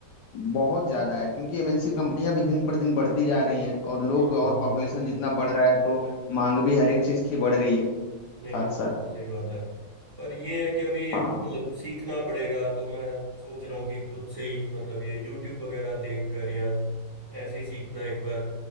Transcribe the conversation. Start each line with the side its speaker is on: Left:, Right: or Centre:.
Left: बहुत ज्यादा है क्योंकि एमएनसी कंपनियां भी दिन पर दिन बढ़ती जा रही हैं और लोग
Right: हम्म हम्म,
Left: और
Right: हम्म।
Left: पॉपुलेशन जितना बढ़ रहा है तो मांग भी हर एक चीज की बढ़ रही है
Right: नहीं
Left: साथ
Right: नहीं बिल्कुल
Left: साथ
Right: सही बात है पर ये है कि अभी
Left: हाँ
Right: मतलब सीखना पड़ेगा तो मैं सोच रहा हूँ कि खुद से ही मतलब ये YouTube वगैरह देख कर या ऐसे ही सीखना एक बार